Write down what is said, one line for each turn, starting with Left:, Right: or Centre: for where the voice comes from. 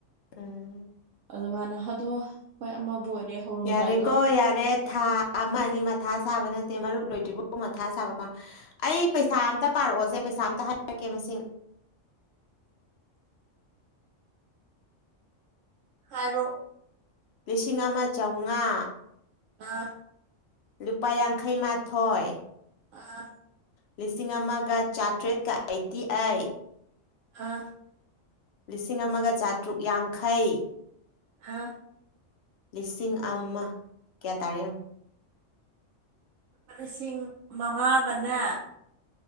Left: ꯎꯝ
Right: ꯑꯗꯨ ꯃꯥꯅ ꯑꯗꯣ ꯍꯣꯏ ꯑꯃꯕꯨ ꯑꯣꯏꯔꯦ ꯍꯧꯔꯝꯗꯥꯏꯗꯣ
Left: ꯌꯥꯔꯦꯀꯣ ꯌꯥꯔꯦ ꯊꯥ ꯑꯃ ꯑꯅꯤ ꯃꯊꯥ ꯁꯥꯕ ꯅꯠꯇꯦ ꯃꯔꯨꯞ ꯂꯣꯏꯗ꯭ꯔꯤꯕꯥꯎ ꯃꯊꯥ ꯁꯥꯕ ꯄꯥꯝ ꯑꯩ ꯄꯩꯁꯥ ꯑꯝꯇ ꯄꯥꯔꯛꯑꯣꯁꯦ ꯄꯩꯁꯥ ꯑꯝꯇ ꯍꯥꯏꯔꯛꯀꯦ ꯃꯁꯤꯡ
Right: ꯍꯥꯏꯔꯣ
Left: ꯂꯤꯁꯤꯡ ꯑꯃ ꯆꯥꯝꯃꯉꯥ
Right: ꯑꯥ
Left: ꯂꯨꯄꯥ ꯌꯥꯡꯈꯩ ꯃꯥꯊꯣꯏ
Right: ꯑꯥ
Left: ꯂꯤꯁꯤꯡ ꯑꯃꯒ ꯆꯥꯇ꯭ꯔꯦꯠꯀ ꯑꯩꯠꯇꯤ ꯑꯩꯠ
Right: ꯑꯥ
Left: ꯂꯤꯁꯤꯡ ꯑꯃꯒ ꯆꯥꯇ꯭ꯔꯨꯛ ꯌꯥꯡꯈꯩ
Right: ꯍꯥꯥ
Left: ꯂꯤꯁꯤꯡ ꯑꯃ ꯀꯌꯥ ꯇꯔꯦ
Right: ꯂꯨꯄꯥ ꯂꯤꯁꯤꯡ ꯃꯉꯥꯒꯅꯦ